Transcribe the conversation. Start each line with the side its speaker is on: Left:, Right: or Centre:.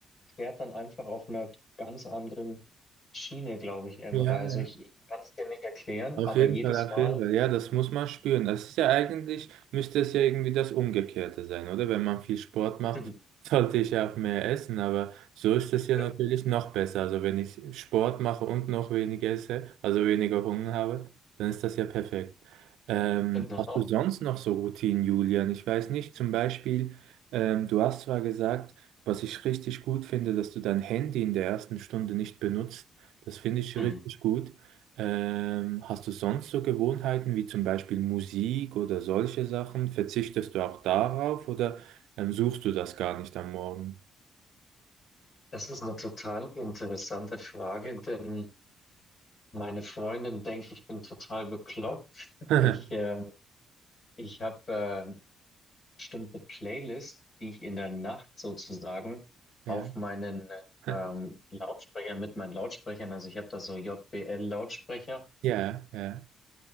Left: fährt dann einfach auf einer ganz anderen Schiene, glaube ich, Emre.
Right: ja,
Left: Also,
Right: ja.
Left: ich, ich kann es dir nicht erklären,
Right: Auf
Left: aber
Right: jeden
Left: jedes
Right: Fall, auf
Left: Mal.
Right: jeden Fall. Ja, das muss man spüren. Das ist ja eigentlich, müsste es ja irgendwie das Umgekehrte sein, oder? Wenn man viel Sport macht,
Left: Mhm.
Right: <laughs> sollte ich ja auch mehr essen, aber so ist es ja
Left: Stimmt,
Right: natürlich noch besser. Also wenn ich Sport mache und noch weniger esse, also weniger Hunger habe, dann ist das ja perfekt. Ähm,
Left: Genau.
Right: hast du sonst noch so Routinen, Julian? Ich weiß nicht, zum Beispiel, ähm, du hast zwar gesagt, was ich richtig gut finde, dass du dein Handy in der ersten Stunde nicht benutzt. Das finde ich
Left: Mhm.
Right: richtig gut. Ähm, hast du sonst so Gewohnheiten wie zum Beispiel Musik oder solche Sachen? Verzichtest du auch darauf oder ähm, suchst du das gar nicht am Morgen?
Left: Das ist eine total interessante Frage, denn meine Freundin denkt, ich bin total bekloppt.
Right: <laughs>
Left: Ich, äh, ich habe bestimmte Playlist, die ich in der Nacht sozusagen
Right: Ja,
Left: auf meinen
Right: <laughs>
Left: ähm, Lautsprecher, mit meinen Lautsprechern, also ich habe da so JBL-Lautsprecher,
Right: ja, ja.